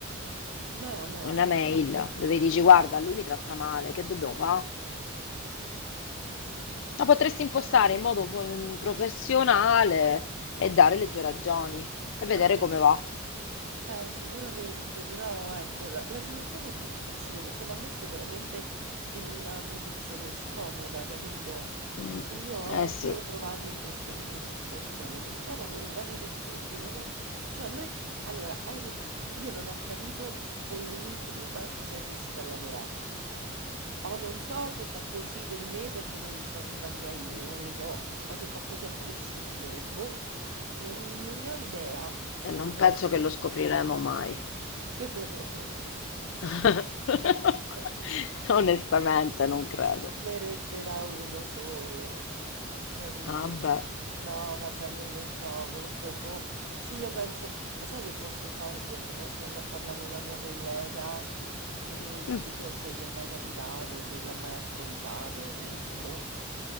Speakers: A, on the right; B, on the left.
A: No, no,
B: Una
A: stiamo...
B: mail Mhm. dove dici guarda, lui mi tratta male, che dobbiamo fare? Ma potresti impostare in modo fo- mm, professionale e dare le tue ragioni e vedere
A: Vabbè,
B: come va.
A: Eh, sicuramente, però ecco, la, la situazione è difficile perché mi ha messo veramente in una posizione scomoda, capito?
B: Mm.
A: Io odio
B: Eh sì,
A: trovarmi in questo tipo di situazione perché poi lavoro bene con tutti, non ho, cioè noi, allora, è il- io non ho capito con lui prima chi c'è riuscito a lavorare. O non so se fa così con me perché non gli sto simpatica io, non lo so, o se fa così a prescindere, boh, non, non ne ho idea
B: e non
A: proprio.
B: penso che lo scopriremo mai.
A: <laughs>
B: <laughs> Onestamente non credo.
A: Ne resterà uno solo, capito?
B: Ah, beh.
A: No, vabbè, non lo so, comunque, boh. Sì, io penso, sai che posso fare? Forse posso andare a parlare con una mia collega e gli
B: Mm.
A: chiedo se gli è mai capitato, se l'ha mai affrontato, se, boh.